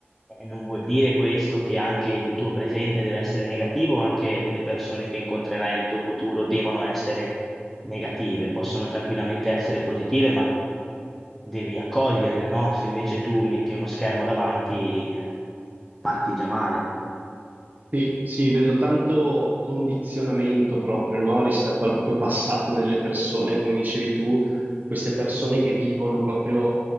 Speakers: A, in the centre; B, on the right.
A: eh, non vuol dire questo che anche il tuo presente deve essere negativo, anche le persone che incontrerai nel tuo futuro devono essere negative, possono tranquillamente essere positive, ma devi accoglierle, no? Se invece tu metti uno schermo davanti, parti già male.
B: Sì, sì, vedo tanto condizionamento proprio, no? Rispetto al proprio passato nelle persone, come dicevi tu, queste persone che vivono proprio